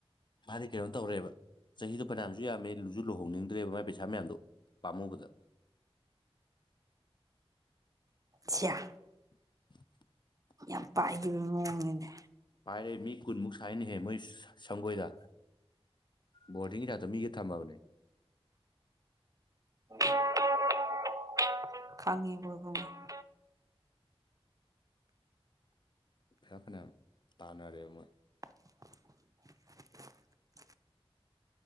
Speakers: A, on the left; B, on the right.
A: ꯃꯥꯗꯤ ꯀꯩꯅꯣ ꯇꯧꯔꯦꯕ ꯆꯍꯤꯗꯣ ꯐꯅꯌꯥꯝꯁꯨ ꯌꯥꯝꯃꯦ ꯂꯨꯁꯨ ꯂꯨꯍꯣꯡꯅꯤꯡꯗ꯭ꯔꯦꯕ ꯃꯥꯏ ꯄꯩꯁꯥ ꯃꯌꯥꯝꯗꯣ ꯄꯥꯝꯃꯨꯕꯗ
B: ꯁꯤꯌꯥ
A: <inaudible>
B: ꯌꯥꯝ ꯄꯥꯏꯈꯤꯕ ꯃꯑꯣꯡꯅꯤꯅꯦ
A: ꯄꯥꯏꯔꯦ ꯃꯤ ꯀꯨꯟꯃꯨꯛ ꯁꯥꯏꯅꯍꯦ ꯃꯣꯏ ꯁꯪꯒꯣꯏꯗ ꯕꯣꯔꯗꯤꯡꯒꯤꯗꯗꯣ ꯃꯤꯒ ꯊꯝꯃꯕꯅꯦ
B: <inaudible> <inaudible>
A: ꯄꯩꯁꯥ ꯐꯅꯌꯥꯝ ꯇꯥꯟꯅꯔꯦꯕ ꯃꯣꯏ
B: <inaudible>